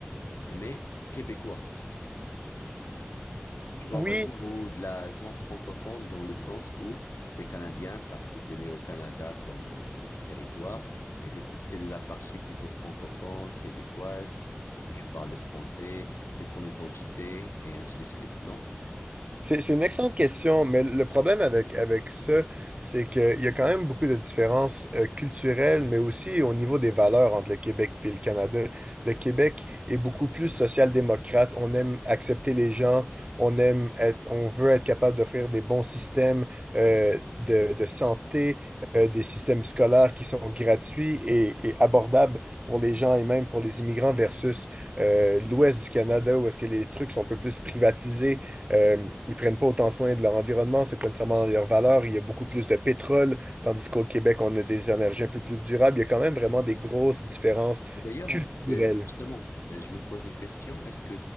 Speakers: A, on the left (about 75°); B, on the right (about 30°).
A: mais Québécois? Tu vois,
B: Oui,
A: on va dire, ou de la zone francophone dans le sens où t'es Canadien parce que t'es né au Canada comme euh, territoire, mais que t'es de la partie plutôt francophone, québécoise, et que tu parles le français, c'est ton identité, et ainsi de suite, non?
B: C'est c'est une excellente question, mais le problème avec, avec ça, c'est qu'il y a quand même beaucoup de différences euh, culturelles, mais aussi au niveau des valeurs entre le Québec et le Canada. Le Québec est beaucoup plus social-démocrate. On aime accepter les gens, on aime être, on veut être capable d'offrir des bons systèmes euh, de, de santé, euh, des systèmes scolaires qui sont gratuits et, et abordables pour les gens et même pour les immigrants versus euh, l'ouest du Canada où est-ce que les trucs sont un peu plus privatisés euh, ils prennent pas autant soin de leur environnement, c'est pas nécessairement dans leurs valeurs. Il y a beaucoup plus de pétrole, tandis qu'au Québec, on a des énergies un peu plus durables. Il y a quand même vraiment des grosses différences
A: Ah. Et d'ailleurs,
B: culturelles.
A: en fait, euh, justement, euh, je me pose une question. Est-ce que